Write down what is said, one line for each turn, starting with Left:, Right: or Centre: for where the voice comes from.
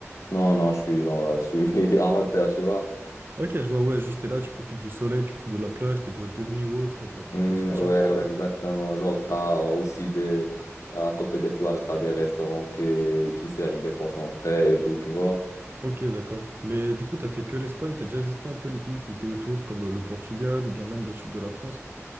Left: Non, non, je suis genre, euh, je suis <laughs> amateur, tu vois.
Right: Ok, je vois, ouais, juste t'es là, tu profites du soleil, tu profites de la plage, des boîtes de nuit ou autre pour,
Left: Hmm,
Right: pour sortir.
Left: ouais, ouais, exactement. Genre, t'as aussi des, à côté des plages, t'as des restaurants qui, qui servent des poissons frais et tout, tu vois.
Right: Ok, d'accord. Mais du coup, t'as fait que l'Espagne, t'as déjà visité un peu les pays qui étaient autour, comme euh, le Portugal ou bien même le sud de la France?